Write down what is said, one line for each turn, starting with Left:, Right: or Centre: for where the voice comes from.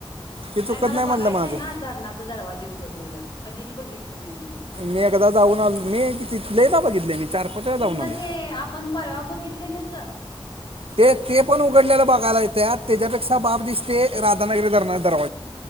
Right: ते चुकत
Left: नाही मला बघायचं
Right: म्हणलं माझं
Left: आहे ना धरणाच दरवाजे उघडलेलं. कधीच बघितलं नाही मी.
Right: मी एकादा जाऊन आलो. मी किती लायदा बघितलंय मी. चार पाच वेळा जाऊन
Left: कुठलं
Right: आले
Left: ते आपण परवा बघितलेलेच?
Right: ते ते पण उघडलेलं बघायला येत्यात त्याच्यापेक्षा बाप दिसते राधनागिरी धनराचं दरवाजे.